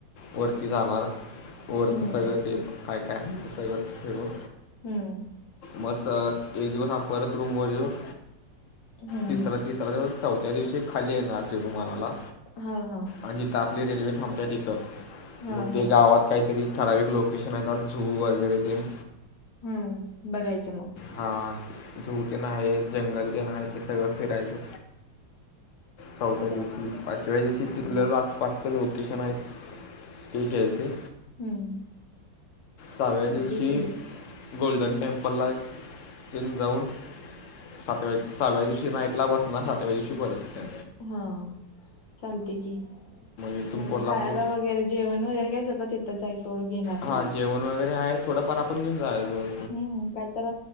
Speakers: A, on the left; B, on the left.
A: वरती जाणार. वरच
B: हम्म
A: ते सगळं ते काय काय आहे ते सगळं फीरून.
B: हम्म
A: मग च एक दिवस आ परत रूम वर येऊन
B: हम्म
A: तिसरा
B: हम्म
A: तिस. परत चौथ्या दिवशी खाली येणार तिरिमाला ला.
B: हा हा,
A: आणि ता आपली रेल्वे थांबते तिथं
B: हा
A: मग
B: हा
A: ते गावात. काहीतरी ठराविक लोकेशन आहे, झू वगैरे तेन.
B: हम्म, बघायचं मग.
A: हा, झू तेन आहे, जंगल तेन आहे ते सगळं फिरायचं. चौथ्या दिवशी,
B: बघू
A: पाचव्या दिवशी
B: हम्म
A: तिथलंच आसपास. ते लोकेशन आहे ते घ्यायचे.
B: हम्म
A: सहाव्या
B: चालते
A: दिवशी.
B: की
A: गोल्डन टेम्पलला तिथं जाऊन.
B: <inaudible>
A: सातव्या सहाव्या दिवशी नाईटला बसना सातव्या दिवशी परत त्या.
B: हा, चालते की,
A: इथून
B: मग
A: कोल्हापूर
B: खायला वगैरे. जेवण वगैरे काय सगळं तिथेच आहे. सोड घेणार ना
A: हा,
B: मग
A: जेवण वगैरे आहे थोडंफार आपण घेऊन जायलोय.
B: हम्म, काय तर